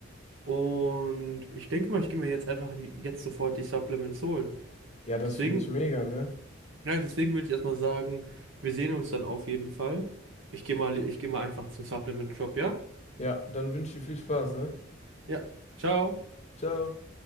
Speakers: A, on the right; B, on the left.
A: Und ich denke mal, ich gehe mir jetzt einfach jetzt sofort die Supplements holen.
B: Ja, das
A: Deswegen,
B: finde ich mega, ne?
A: ja, deswegen würde ich erstmal sagen, wir sehen uns dann auf jeden Fall. Ich gehe mal, ich gehe mal einfach zum Supplement Shop, ja?
B: Ja, dann wünsche ich viel Spaß, ne?
A: Ja, ciao.
B: Ciao.